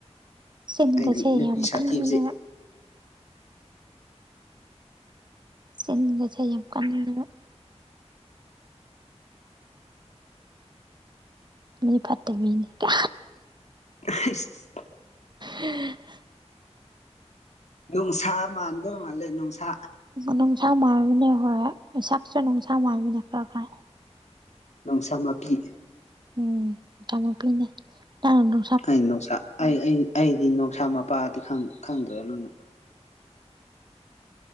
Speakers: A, on the right; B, on the left.
A: ꯆꯤꯟꯒꯁꯦ
B: ꯑꯩꯗꯤ ꯅꯨꯄꯤ
A: ꯌꯥꯝ
B: ꯁꯥꯊꯤꯕꯁꯦ
A: ꯀꯟꯕꯅꯦꯕ ꯆꯦꯟꯅꯤꯡꯕꯁꯦ ꯌꯥꯝ ꯀꯥꯅꯤꯡꯗꯦꯕ ꯃꯤ ꯐꯠꯇ ꯃꯤꯅꯦ ꯀ
B: ꯑꯥ <unintelligible>
A: ꯎꯝ <unintelligible> <unintelligible>
B: ꯅꯨꯡꯁꯥ ꯃꯥꯟꯗꯣꯏ ꯃꯥꯜꯂꯦ ꯅꯨꯡꯁꯥ
A: ꯅꯨꯡꯁꯥ ꯃꯥꯏꯕꯅꯦ ꯍꯣꯏ ꯍꯣꯏ ꯁꯥꯛꯁꯨ ꯅꯨꯡꯁꯥ ꯃꯥꯏꯕꯅꯦ ꯈꯔ ꯈꯔ
B: ꯅꯨꯡꯁꯥ ꯃꯄꯤ
A: ꯎꯝ ꯅꯣꯡꯁꯥ ꯃꯄꯤꯅꯦ ꯇꯔꯣꯅꯨ
B: ꯑꯩ ꯅꯨꯡꯁꯥ ꯑꯩ ꯑꯩ ꯑꯩꯗꯤ ꯅꯨꯡꯁꯥ ꯃꯄꯥꯗꯤ ꯈꯪꯗ꯭ꯔ ꯅꯪꯅ